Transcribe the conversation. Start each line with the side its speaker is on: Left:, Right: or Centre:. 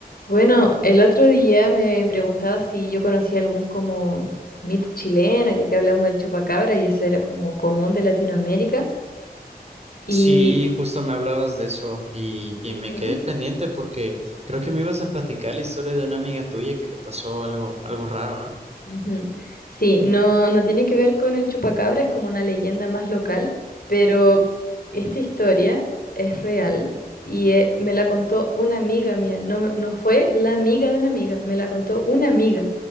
Left: Bueno, el otro día me preguntaba si yo conocía algún como mito chileno, ya que hablamos del chupacabra y eso era como común de Latinoamérica. Y
Right: Sí, justo me hablabas de eso y, y
Left: Ujú,
Right: me quedé pendiente porque creo que me ibas a platicar la historia de una amiga tuya que le pasó algo, algo raro, ¿no?
Left: ujú. Sí, no, no tiene que ver con el chupacabra, es como una leyenda más local, pero esta historia es real y eh, me la contó una amiga mía, no, no fue la amiga de una amiga, me la contó una amiga.